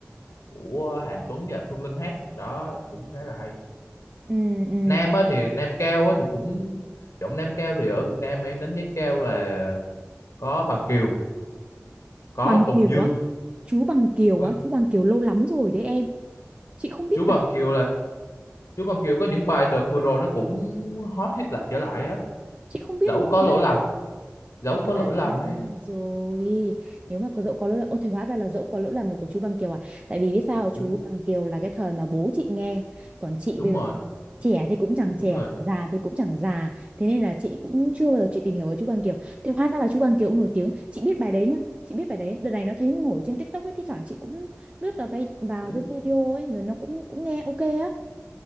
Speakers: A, on the left (about 80°); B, on the right (about 25°).
A: của Hàn Tuấn và Phương Linh hát đó cũng khá là hay
B: ừ ừ
A: Nam á thì Nam Cao á thì cũng giọng Nam Cao thì ở Việt Nam em đánh giá cao là có Bằng Kiều có
B: Bằng
A: Tùng
B: Kiều
A: Dương
B: á chú Bằng Kiều
A: Bằng,
B: á chú Bằng Kiều lâu lắm rồi đấy em chị không biết
A: chú Bằng
B: bài
A: Kiều là chú Bằng Kiều có những bài đợt vừa rồi nó cũng hot hit lại trở lại á
B: chị không biết
A: dẫu
B: luôn
A: có
B: ý
A: lỗi
B: là
A: lầm dẫu có lỗi
B: À,
A: lầm ấy
B: rồi nếu mà có dẫu có lỗi là ô thì hóa ra là dẫu có lỗi làm được của chú Bằng Kiều à tại vì biết sao chú
A: ừ,
B: Bằng Kiều là cái thời mà bố chị nghe còn chị
A: đúng
B: bây giờ
A: rồi
B: trẻ thì cũng chẳng
A: đúng
B: trẻ
A: rồi
B: già thì cũng chẳng già thế nên là chị cũng chưa bao giờ chị tìm hiểu về chú Bằng Kiều thì hóa ra là chú Bằng Kiều cũng nổi tiếng chị biết bài đấy nhá chị biết bài đấy đợt này nó thấy nổi trên TikTok ấy thi thoảng chị cũng lướt vào cái vào
A: Ừ.
B: cái video ấy rồi nó cũng cũng nghe ok á